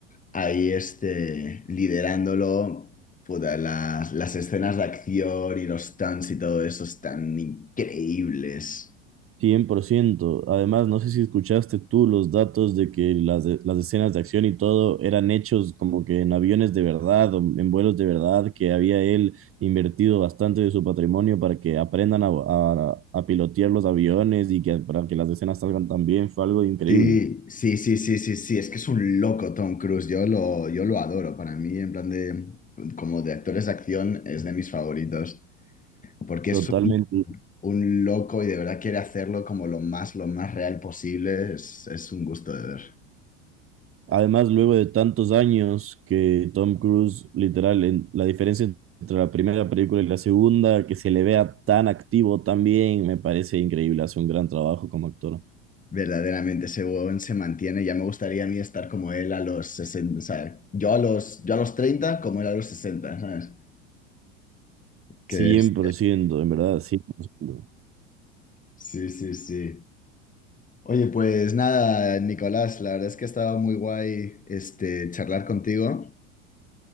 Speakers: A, on the left; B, on the right.
A: ahí este, liderándolo, puta, las, las escenas de acción y los stunts y todo eso están increíbles.
B: cien por ciento Además, no sé si escuchaste tú los datos de que las, las escenas de acción y todo eran hechos como que en aviones de verdad o en vuelos de verdad, que había él invertido bastante de su patrimonio para que aprendan a, a- a pilotear los aviones y que para que las escenas salgan tan bien. Fue algo increíble.
A: Sí, sí, sí, sí, sí, sí, es que es un loco Tom Cruise, yo lo, yo lo adoro, para mí en plan de, como de actores de acción es de mis favoritos, porque
B: Totalmente.
A: es un, un loco y de verdad quiere hacerlo como lo más, lo más real posible, es, es un gusto de ver.
B: Además, luego de tantos años que Tom Cruise, literal, en, la diferencia entre la primera película y la segunda, que se le vea tan activo también, me parece increíble. Hace un gran trabajo como actor.
A: Verdaderamente, ese huevón se mantiene. Ya me gustaría a mí estar como él a los sesenta. ¿sabes? Yo a los, yo a los 30 como él a los sesenta. ¿sabes? Que
B: cien
A: es.
B: por ciento en verdad, 100%.
A: Sí, sí, sí. Oye, pues nada, Nicolás, la verdad es que ha estado muy guay este, charlar contigo.